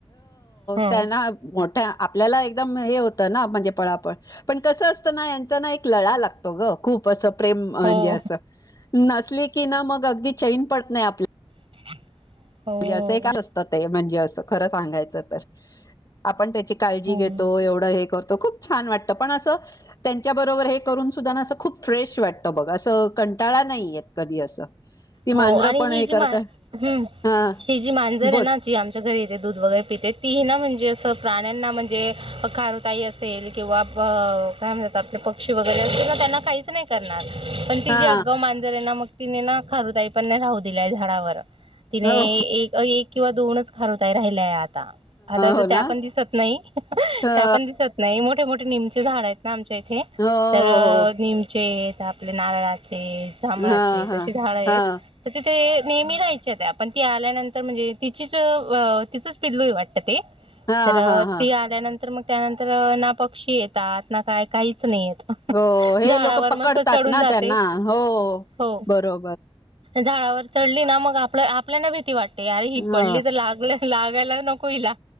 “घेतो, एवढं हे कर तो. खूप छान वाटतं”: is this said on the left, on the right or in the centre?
Left